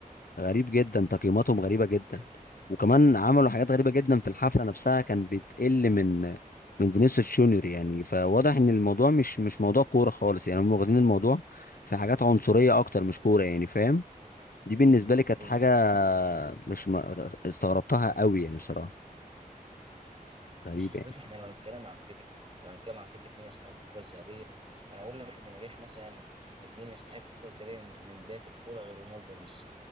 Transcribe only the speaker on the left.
غريب جدا تقييماتهم غريبه جدا وكمان عملوا حاجات غريبه جدا في الحفله نفسها كان بتقل من من فينيسيوس جونيور يعني فواضح ان الموضوع مش مش موضوع كوره خالص يعني هم واخدين الموضوع في حاجات عنصريه اكتر مش كوره يعني فاهم دي بالنسبه لي كانت
حاجه مش ما استغربتها قوي يعني بصراحه غريب
يعني